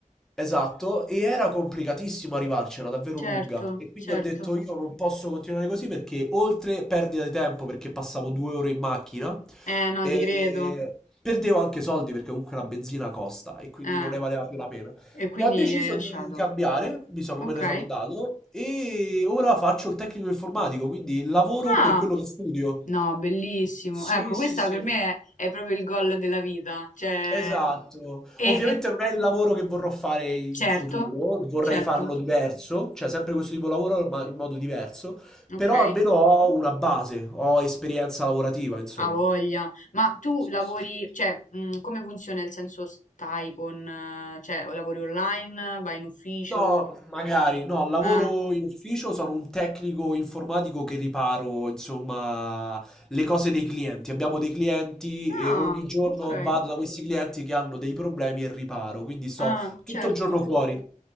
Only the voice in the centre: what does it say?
Esatto, e era complicatissimo arrivarcela, davvero lunga.
E quindi
ho detto io non posso continuare così perché oltre perdita di tempo perché passavo due ore in macchina,
e
perdevo anche soldi perché comunque la benzina costa e quindi
non ne valeva più la pena.
E ho deciso
di cambiare, mi sono,
me ne sono andato e ora faccio il tecnico informatico, quindi lavoro
per quello che studio.
Sì,
sì, sì.
no.
Esatto.
Ovviamente
non è il lavoro che vorrò fare in
futuro, vorrei
farlo diverso, cioè sempre questo tipo di lavoro ma in modo diverso,
però almeno ho una base, ho esperienza lavorativa, insomma.
Sì,
sì.
No, magari, no, lavoro
in ufficio, sono un tecnico informatico che riparo, insomma, le cose dei clienti. Abbiamo dei clienti e
ogni giorno
vado da questi clienti che hanno dei problemi e riparo, quindi sto
tutto il giorno fuori.